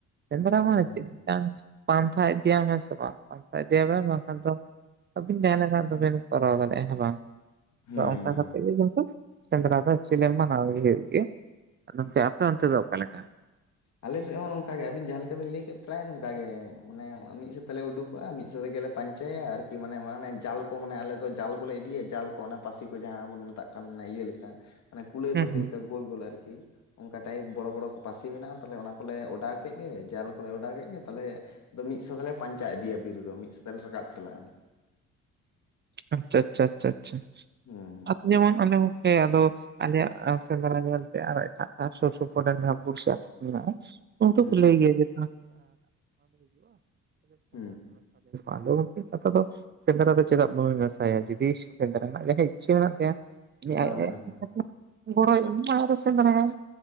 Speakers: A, on the right; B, on the left.
A: ᱥᱮᱸᱫᱽᱨᱟ
B: ᱦᱩᱸ
A: ᱢᱟ ᱪᱮ ᱢᱤᱴᱟᱝ ᱯᱟᱱᱛᱷᱟ ᱤᱫᱤᱭᱟᱢ ᱦᱮᱸ ᱥᱮ ᱵᱟᱝ ᱯᱟᱱᱛᱷᱟ ᱤᱫᱤᱭᱟᱵᱮᱱ ᱵᱟᱝᱠᱷᱟᱱ ᱫᱚ ᱟᱵᱤᱱ <unintelligible> ᱫᱚᱵᱤᱱ ᱠᱚᱨᱟᱣ ᱫᱟᱲᱮᱜᱼᱟ ᱦᱮᱸ ᱵᱟᱝ᱾
B: ᱦᱩᱸ
A: ᱟᱫᱚ ᱚᱱᱠᱟ <inaudible> ᱥᱮᱸᱫᱽᱨᱟ ᱫᱚ ᱮᱠᱪᱩᱞᱤ ᱮᱪᱞᱤ ᱢᱟᱱᱟᱣ ᱜᱮ ᱦᱩᱭᱩᱜ ᱜᱮ ᱟ ᱱᱚᱱᱛᱮ ᱟᱯᱮ ᱚᱱᱛᱮ ᱫᱚ ᱚᱠᱟᱞᱮᱠᱟ? <inaudible>
B: ᱟᱞᱮ ᱥᱮᱜ ᱦᱚᱸ ᱱᱚᱝᱠᱟ ᱜᱮ ᱟᱵᱮᱱ ᱡᱟᱦᱟᱸ ᱞᱮᱠᱟ ᱵᱮᱱ ᱞᱟᱹᱭ ᱠᱮᱜ ᱯᱨᱟᱭ ᱱᱚᱝᱠᱟ ᱜᱮ ᱢᱟᱱᱮ ᱢᱤᱜ ᱥᱚᱛᱮ ᱞᱮ ᱩᱰᱩᱠ ᱡᱚᱜᱼᱟ ᱢᱤᱜ ᱥᱮᱛᱮ ᱜᱮᱞᱮ ᱯᱟᱸᱪᱟᱭᱟ ᱟᱨᱠᱤ ᱢᱟᱱᱮ ᱢᱟᱱᱮ ᱡᱟᱞ ᱠᱚ ᱢᱟᱱᱮ ᱟᱞᱮ ᱫᱚ ᱡᱟᱞ ᱠᱚ ᱞᱮ ᱤᱫᱤᱭᱟ ᱡᱟᱞ ᱠᱚ ᱚᱱᱟ ᱯᱟᱹᱥᱤ ᱠᱚ ᱡᱟᱦᱟᱸ ᱵᱚᱱ ᱢᱮᱛᱟᱜ ᱠᱟᱱ ᱱᱮ ᱤᱭᱟᱹ ᱞᱮᱠᱟ ᱢᱟᱱᱮ ᱠᱩᱞᱟᱹᱭ
A: ᱦᱩᱸ
B: ᱯᱟᱹᱥᱤ
A: ᱦᱩᱸ
B: ᱞᱮᱠᱟ ᱜᱳᱞ ᱜᱳᱞ ᱟᱨᱠᱤ᱾ ᱚᱝᱠᱟ ᱴᱟᱭᱤᱯ ᱵᱚᱲᱚ ᱵᱚᱲᱚ ᱯᱟᱹᱥᱤ ᱢᱮᱱᱟᱜᱼᱟ ᱛᱟᱞᱦᱮ ᱚᱱᱟ ᱠᱚᱞᱮ ᱚᱰᱟᱣ ᱠᱮᱜ ᱜᱮ ᱡᱟᱞ ᱠᱚᱞᱮ ᱚᱰᱟᱣ ᱠᱮᱜ ᱜᱮ ᱛᱟᱞᱦᱮ ᱟᱫᱚ ᱢᱤᱜ ᱥᱚᱛᱮ ᱞᱮ ᱯᱟᱸᱧᱪᱟ ᱤᱫᱤᱭᱟ ᱵᱤᱨ ᱫᱚ ᱢᱤᱜ ᱥᱚᱛᱮ ᱞᱮ ᱨᱟᱠᱟᱵ ᱪᱟᱞᱟᱜᱼᱟ᱾
A: ᱟᱪᱪᱷᱟ ᱟᱪᱪᱷᱟ ᱟᱪᱪᱷᱟ ᱟᱪᱷᱟ
B: ᱦᱩᱸ
A: <inaudible> ᱡᱮᱢᱚᱱ ᱟᱞᱮ ᱚᱱᱛᱮ ᱟᱫᱚ ᱟᱞᱮᱭᱟᱜ ᱮᱸ ᱥᱮᱸᱫᱽᱨᱟ ᱧᱮᱞᱛᱮ ᱟᱨᱚ ᱮᱴᱟᱜ ᱴᱟᱜ ᱥᱩᱨ ᱥᱩᱯᱩᱨ ᱨᱮᱱ <unintelligible> ᱩᱱ ᱫᱚᱠᱚ
B: ᱦᱩᱸ
A: ᱞᱟᱹᱭ ᱜᱮ <unintelligible> <unintelligible>
B: ᱦᱩᱸ ᱦᱩᱸ
A: ᱟᱫᱚ ᱜᱚᱝᱠᱮ ᱠᱟᱛᱷᱟ ᱫᱚ ᱥᱮᱸᱫᱽᱨᱟ ᱫᱚ ᱪᱮᱫᱟᱜ ᱵᱟᱹᱧ ᱱᱟᱥᱟᱭᱟ ᱡᱩᱫᱤ ᱥᱮᱸᱫᱽᱨᱟ ᱨᱮᱱᱟᱜ ᱡᱟᱦᱟᱸᱭ ᱤᱪᱪᱷᱟᱹ ᱢᱮᱱᱟᱜ ᱛᱟᱭᱟ
B: ᱦᱮᱸ
A: ᱟᱡ <inaudible> ᱜᱟᱲᱚᱭ ᱮᱢᱚᱜᱼᱟ ᱟᱨ ᱮ ᱥᱮᱸᱫᱽᱨᱟᱭᱟᱭ